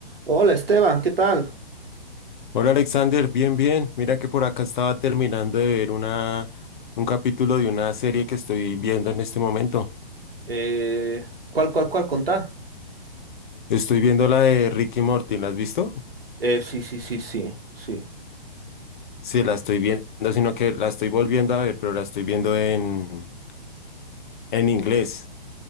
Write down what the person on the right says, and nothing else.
Hola Esteban, ¿qué tal?
Eh, ¿cuál, cuál, cuál contá?
Eh, sí, sí, sí, sí, sí.